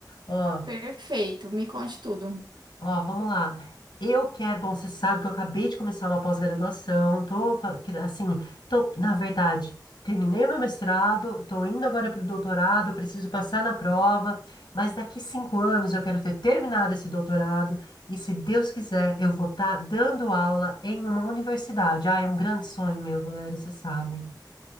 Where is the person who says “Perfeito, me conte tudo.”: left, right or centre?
Right